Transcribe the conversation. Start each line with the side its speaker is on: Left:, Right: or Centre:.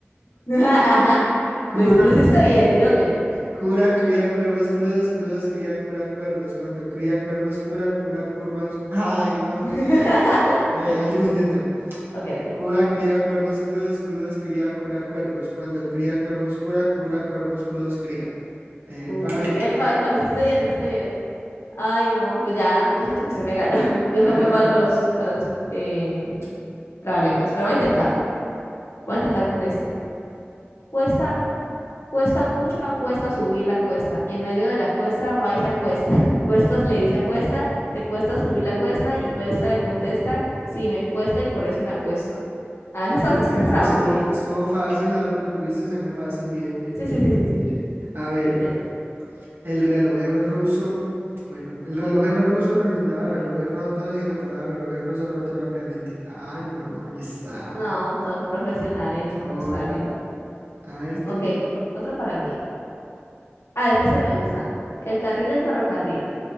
Left: <laughs>
Right: Cura,
Left: Lo, hic- lo hiciste bien, Dios bien.
Right: cura cría cuervos crudos, crudos cría cura cuervos. Cuando cría cuervos cura, cura curvas. Ay, no.
Left: <laughs>
Right: Le- último intento.
Left: Ok, ok.
Right: Cura cría cuervos crudos, crudos cría cura cuervos. Cuando cría cuervos cura, cura cuervos crudos cría. Epa.
Left: Uy, epa, epa, lo hiciste bien, lo hiciste bien. Ay, no, pues ya, yo siento que se me ganó. <laughs> Yo
Right: A
Left: soy
Right: ver,
Left: muy
Right: a
Left: mala
Right: ver.
Left: para los, para los em, trabalenguas, pero voy a intentarlo. Voy a intentar con este. Cuesta Cuesta mucho acuesta subir la cuesta, y en medio de la cuesta va y se acuesta. <laughs> Cuestas le dice acuesta te cuesta subir la cuesta, y cuesta le contesta, sí, me cuesta y por eso me acuesto. Ah, eso está, senc-
Right: Bueno,
Left: eso está
Right: estuvo,
Left: más sencillo.
Right: estuvo fácil, la- lo pudiste sacar fácil. Bien, bien,
Left: Sí,
Right: bien.
Left: sí, sí, sí, sí.
Right: A ver.
Left: Intenta.
Right: El relojero ruso, bueno, el relojero ruso remendaba relojes rotos y reparaba relojes rusos rotos rápidamente. Ah, no, ya está.
Left: No, todo un profesional en,
Right: Obvio.
Left: en nuestra lengua.
Right: A ver tú.
Left: Ok, o- otro para mí. Ah, e-, este me gusta. El carril del ferrocarril.